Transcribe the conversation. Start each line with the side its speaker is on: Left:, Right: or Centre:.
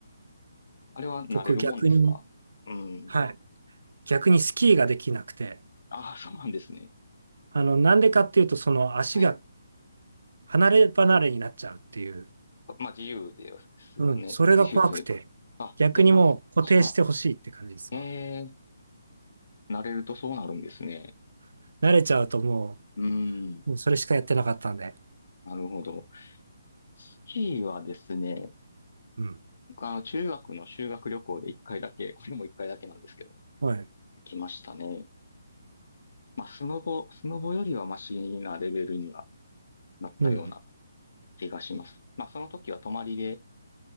Left: あれは慣れるもんですかうん。
Right: 僕逆に、はい。逆にスキーができなくて、
Left: ああ、そうなんですね。
Right: あの、なんでかっていうと、その足が
Left: はい。
Right: 離れ離れになっちゃうっていう。
Left: まあ、自由ですよね。
Right: うん。それが怖くて。
Left: 自由というか。あ、
Right: 逆にもう固定してほしいって感じですわ。
Left: 逆にそっちが、ええ慣れるとそうなるんですね。
Right: 慣れちゃうとも
Left: うん。
Right: う、もうそれしかやってなかったんで。
Left: なるほど。スキーはですね、
Right: うん。
Left: 僕あの、中学の修学旅行で一回だけ、これも一回だけなんですけど、
Right: はい。
Left: 来ましたね。まあ、スノボ、スノボよりはマシなレベルにはなったような
Right: うん。
Left: 気がします。まあ、その時は泊まりで